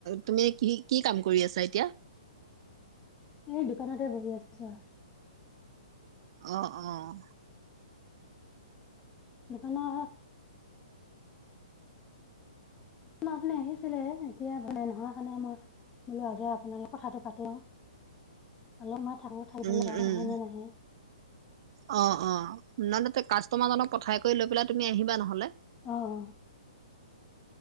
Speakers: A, on the right (about 50°); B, on the left (about 20°).
A: তুমি কি কি কাম কৰি আছা এতিয়া?
B: এই দোকানতে বহি আছো আৰু।
A: অ', অ'।
B: দোকানত ন আপুনি আহিছিলে এতিয়া বনাই নোহোৱা কাৰণে আমাৰ বোলো আগে আপোনাৰ লগথ কথাটো পাতি লওঁ, হ'লেও মই থাকো। খাই
A: উম
B: পেলাই আৰু
A: উম
B: আহে নে নাহে?
A: অ', অ' নহ'লে কাষ্টমাৰজনক পঠাই কৰি লৈ পেলাই তুমি আহিবা নহ'লে?
B: অঁ, অঁ।